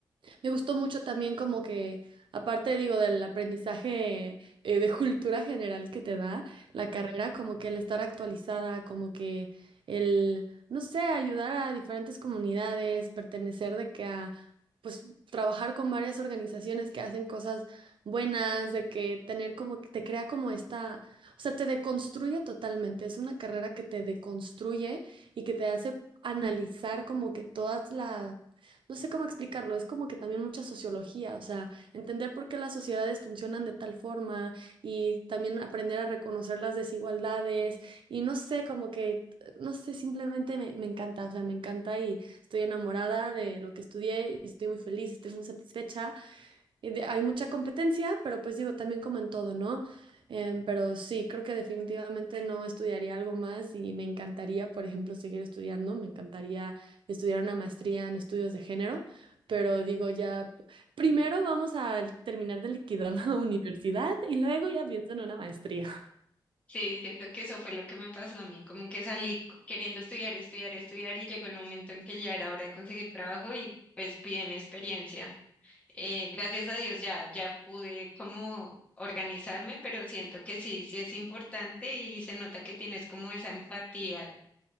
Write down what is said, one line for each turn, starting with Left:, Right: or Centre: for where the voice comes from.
Right: me gustó mucho también como que, aparte digo, del aprendizaje eh, de cultura general que te da la carrera, como que el estar actualizada, como que el, no sé, ayudar a diferentes comunidades, pertenecer de que a, pues, trabajar con varias organizaciones que hacen cosas buenas, de que tener como, que te crea como esta, o sea, te deconstruye totalmente. Es una carrera que te deconstruye y que te hace analizar como que todas las no sé cómo explicarlo, es como que también mucha sociología, o sea, entender por qué las sociedades funcionan de tal forma y también aprender a reconocer las desigualdades y no sé, como que, no sé, simplemente me, me encanta, o sea, me encanta y estoy enamorada de lo que estudié y estoy muy feliz, estoy muy satisfecha. Y de- hay mucha competencia, pero pues digo, también como en todo, ¿no? Em, pero sí, creo que definitivamente no estudiaría algo más y me encantaría, por ejemplo, seguir estudiando, me encantaría estudiar una maestría en estudios de género, pero digo, ya primero vamos a terminar de liquidar la <laughs> universidad y luego ya pienso en una maestría.
Left: Sí, siento que eso fue lo que me pasó a mí, como que salí c- queriendo estudiar, estudiar, estudiar y llegó el momento en que ya era hora de conseguir trabajo y pues piden experiencia. Eh, gracias a Dios ya, ya pude como organizarme, pero siento que sí, sí es importante y se nota que tienes como esa empatía